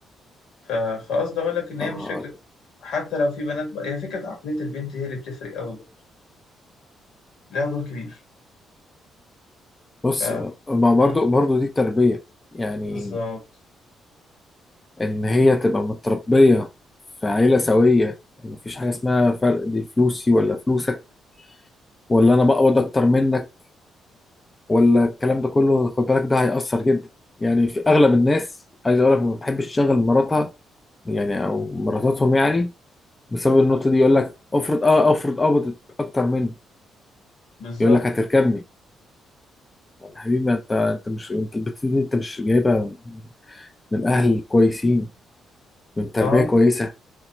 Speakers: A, on the left; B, on the left.
A: ف... فقصدي اقول لك ان هي
B: آه،
A: مش فكره حتى لو في بنات بقى هي فكره عقليه البنت هي اللي بتفرق قوي برضه ليها دور كبير
B: بص
A: ف
B: ما
A: مم.
B: برضو برضو دي تربية يعني
A: بالظبط
B: ان هي تبقى متربية في عيلة سوية ان مفيش حاجة اسمها فرق دي فلوسي ولا فلوسك ولا انا بقبض اكتر منك ولا الكلام ده كله خد بالك ده هيأثر جدا يعني في اغلب الناس عايز اقول لك ما بتحبش تشغل مراتها يعني او مراتاتهم يعني بسبب النقطة دي يقول لك افرض اه افرض قبضت اكتر مني
A: بالظبط
B: يقول لك هتركبني طب يا حبيبي انت انت مش انت البت دي انت مش جايبها من اهل كويسين من تربيه
A: اه
B: كويسه